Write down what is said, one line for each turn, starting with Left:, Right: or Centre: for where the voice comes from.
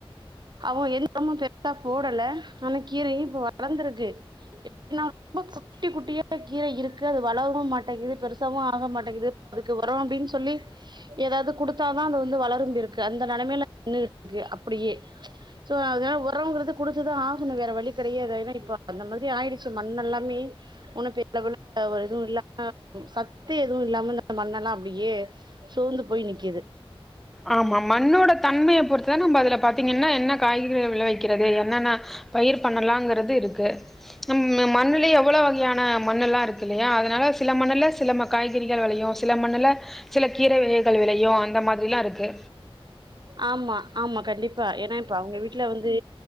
Right: அவொங்க எந்தரோம பெருசா போடல ஆனா கீரையு இப்ப வளர்ந்திருக்கு எப்டினா ரொம்ப குட்டி குட்டியா கீரை இருக்கு அது வளரவும் மாட்டேங்கீது பெருஸ் சாவும் ஆக மாட்டேங்குது அதுக்கு வெரோ அப்டின் சொல்லி ஏதாவது குடுத்தாதா அது வந்து வளரும்பி இருக்கு அந்த நெலமயில நின்னுகிட்ருக்கு அப்படியே சோ ஆக வொரோங்றது குடுத்துதா ஆகணு வேற வழி கிடையாது ஏனா இப்போ அந்த மாரி ஆயிடுச்சு மண்ணல்லாமே வொன்னு பெரி லெவல ஒரு இதுவு இல்ல ஆ சத் த்து எதுவு இல்லாம மண்ணெல்லா அப்டியே சோந்து போய் நிக்கிது
Centre: ஆமா மண்ணோட தன்மையை பொறுத்துதா நம்ம அதுல பாத்தீங்கன்னா என்ன காய்கறிகள் விளை வெக்கிறது என்னன்னா பயிர் பண்ணலாங்கிறது இருக்கு நம் மண்ணுலயே எவ்வளவு வகையான மண்ணல்லா இருக் இல்லையா அதனால சில மண்ணுல சிலம காய்கறிகள் விளையும் சில மண்ணுல சில கீரை வகைகள் விளையும் அந்த மாதிரில்லா இருக்கு
Right: ஆமா ஆமா கண்டிப்பா ஏன்னா இப்ப அவங்க வீட்டுல வந்து